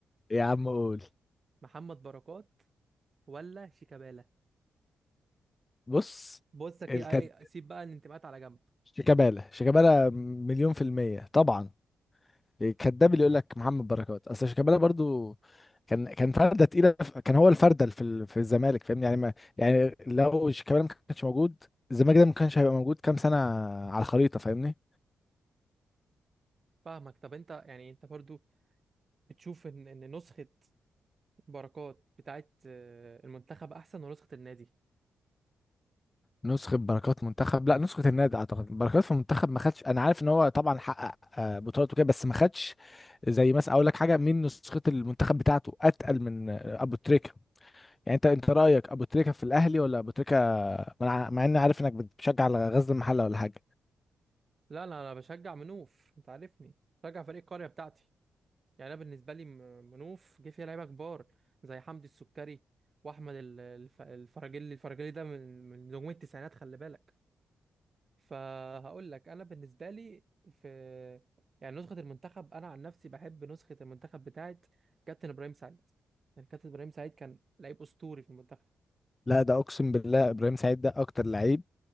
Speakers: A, on the left (about 30°); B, on the right (about 45°).
A: يا عم قول
B: محمد بركات ولا شيكابالا
A: بص
B: بصك
A: الكد
B: ايه اي سيب بقى الانتماءات على جنب
A: شيكابالا شيكابالا مليون في المية طبعا كداب اللي يقول لك محمد بركات اصل شيكابالا برضو كان كان فرده تقيله ف- كان هو الفرده في ال- في الزمالك فاهمني يعني ما يعني لو شيكابالا ما كانش موجود الزمالك ده ما كانش هيبقى موجود كام سنه على الخريطه فاهمني
B: فاهمك طب انت يعني انت برضو بتشوف ان ان نسخه بركات بتاعت آه، المنتخب احسن ونسخه النادي
A: نسخه بركات منتخب لا نسخه النادي اعتقد بركات في المنتخب ما خدش انا عارف ان هو طبعا حقق آه، بطولات وكده بس ما خدش زي مثلا اقول لك حاجه من نسخه المنتخب بتاعته اتقل من آه، ابو تريكه يعني انت انت رايك ابو تريكه في الاهلي ولا ابو تريكه مع مع اني عارف انك بتشجع على غزل المحله ولا حاجه
B: لا لا انا بشجع منوف انت عارفني بشجع فريق القريه بتاعتي يعني انا بالنسبه لي م- منوف جه فيها لعيبه كبار زي حمدي السكري واحمد ال- الف- الفراجيلي الفراجيلي ده من من نجوم التسعينات خلي بالك فهقول لك انا بالنسبه لي في يعني نسخه المنتخب انا عن نفسي بحب نسخه المنتخب بتاعت كابتن ابراهيم سعيد يعني كابتن ابراهيم سعيد كان لعيب اسطوري في المنتخب
A: لا ده اقسم بالله ابراهيم سعيد ده اكتر لعيب